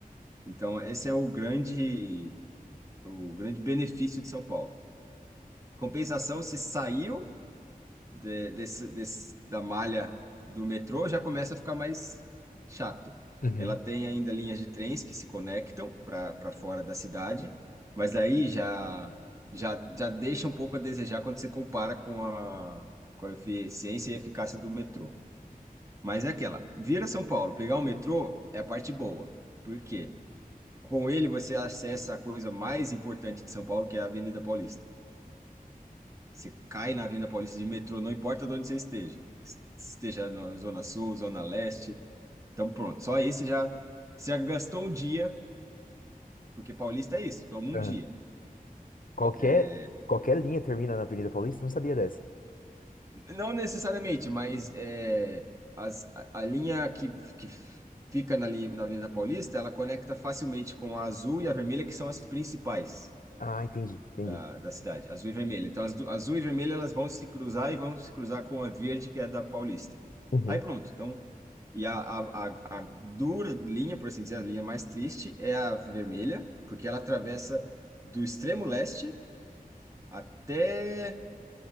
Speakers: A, on the right; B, on the left.
A: Então, esse é o grande, o grande benefício de São Paulo. Compensação, se saiu de- desse, desse- da malha do metrô já começa a ficar mais chato.
B: uhum,
A: Ela tem ainda linhas de trens que se conectam para para fora da cidade, mas aí já, já, já deixa um pouco a desejar quando você compara com a, com a eficiência e eficácia do metrô. Mas é aquela, vir a São Paulo, pegar o metrô é a parte boa. Por quê? Com ele você acessa a coisa mais importante de São Paulo, que é a Avenida Paulista. Você cai na Avenida Paulista de metrô, não importa de onde você esteja. Esteja na Zona Sul, Zona Leste. Então, pronto. Só aí você já, você já gastou um dia, porque Paulista é isso, toma um
B: uhum.
A: dia.
B: Qualquer,
A: É,
B: qualquer linha termina na Avenida Paulista? Não sabia dessa.
A: não necessariamente, mas é, as- a, a linha que, que fica na, linha, na Avenida Paulista, ela conecta facilmente com a azul e a vermelha, que são as principais.
B: Ah, entendi, entendi.
A: da, da cidade, azul e vermelha. Então, as du- azul e vermelha elas vão se cruzar e vão se cruzar com a verde, que é da Paulista.
B: Uhum.
A: Aí pronto. Então, e a, a, a, a dura linha, por assim dizer, a linha mais triste é a vermelha, porque ela atravessa do extremo leste até